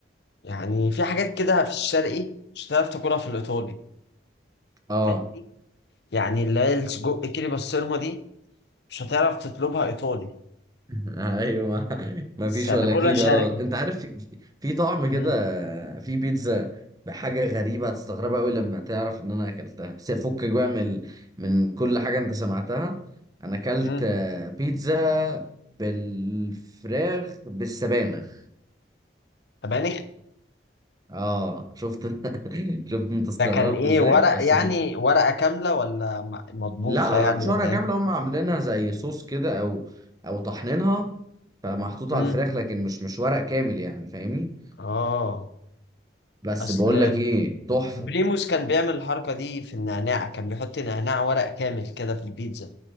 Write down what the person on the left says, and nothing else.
يعني في حاجات كده في الشرقي مش هتعرف تاكلها في الايطالي
فاهمني يعني اللي هي السجق كيري بسطرمه دي مش هتعرف تطلبها ايطالي
بس
هتاكلها
شرقي
مم.
مم.
طب يعني
ده كان ايه
ورق
يعني ورقه كامله ولا م- مطبوخه
يعني
ولا
ايه
مم.
اه
اصل
بريموس كان بيعمل الحركه دي في النعناع كان بيحط نعناع ورق كامل كده في البيتزا